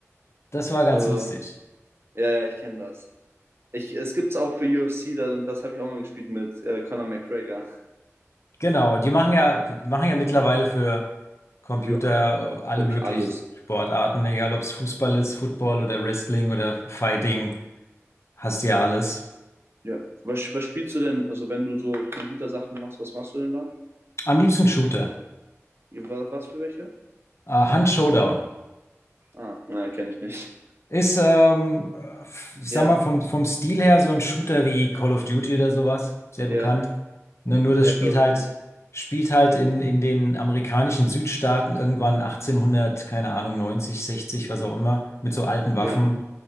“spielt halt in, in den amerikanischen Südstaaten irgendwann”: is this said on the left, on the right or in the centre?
Left